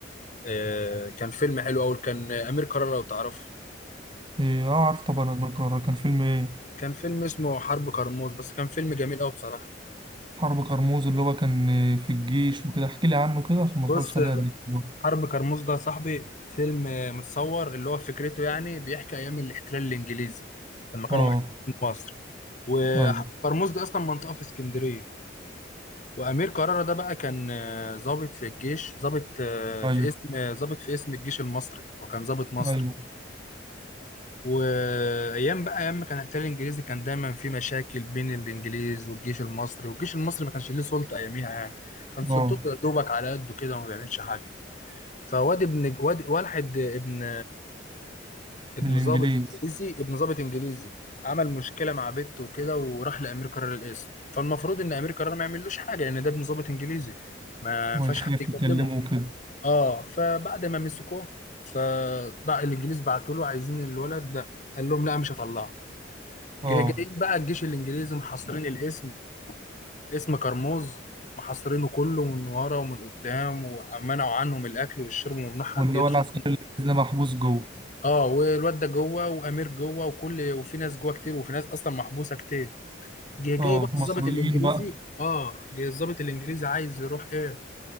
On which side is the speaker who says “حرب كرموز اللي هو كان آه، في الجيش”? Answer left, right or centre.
Right